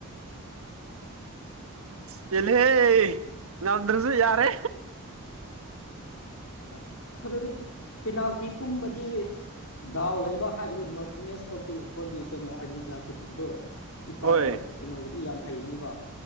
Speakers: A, on the right; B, on the left.
A: ꯄꯦꯟꯂꯍꯦ ꯉꯝꯗ꯭ꯔꯁꯨ ꯌꯥꯔꯦ
B: <unintelligible> ꯗꯥꯎ ꯂꯩꯕ ꯍꯥꯏꯕꯗꯤ ꯃꯔꯇꯤꯅꯦꯁ <unintelligible> ꯑꯥꯔꯖꯦꯟꯇꯤꯅꯥ ꯀꯤꯞꯄꯔꯗꯨꯣ ꯀꯤꯄꯔ
A: ꯍꯣꯏ
B: ꯀꯩꯅꯣꯒꯤꯗꯤ ꯌꯥꯝ ꯍꯩꯕꯅꯦꯕ